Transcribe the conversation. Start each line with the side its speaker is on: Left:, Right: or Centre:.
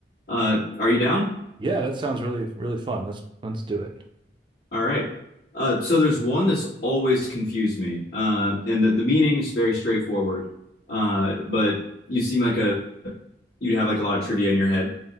Left: Uh, are you down?
Right: Yeah, that sounds really, really fun. Let's let's do it.
Left: All right. Uh, so there's one that's always confused me, uh, and the, the meaning is very straightforward. Uh, but you seem like a you'd have like a lot of trivia in your head.